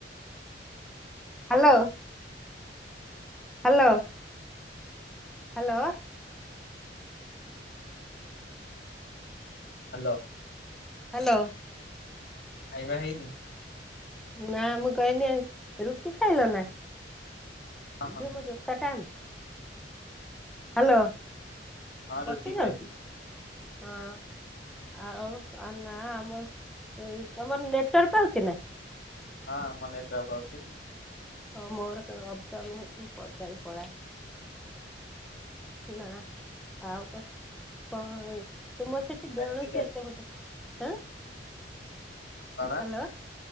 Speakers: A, in the centre; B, on the left.
A: hello hello hello
B: hello
A: hello
B: ଖାଇବା ହେଇନି?
A: ନା ମୁଁ କହନି ରୁଟି ଖାଇଲ ନା?
B: ହଁ ହଁ
A: ଝିଅ ମୋ ଜୋତା ଟା ଆନ। ହାଲୋ,
B: ହଁ
A: କଟି
B: ରୁଟି
A: ଯାଉଛି
B: ଖାଇଲି
A: ହଁ ଆଉ ନା ଆମର ତମର ନେଟୱର୍କ ପାଉଛି ନା?
B: ହଁ ଆମର ନେଟୱାର୍କ ପାଉଛି।
A: ହଁ ମୋର କଣ ଅପ୍ ଡାଉନ୍ ହଉଛି ପଦାକୁ ପଳାଏ। ନା ଆଉ କ କଣ? ତୁମ ସେ
B: ଫାଇଭ୍
A: ବେଣୁସ
B: ଜି ଚାଲିଛି
A: ଏତେ ବଧ ହଁ
B: କଣ
A: ହାଲୋ,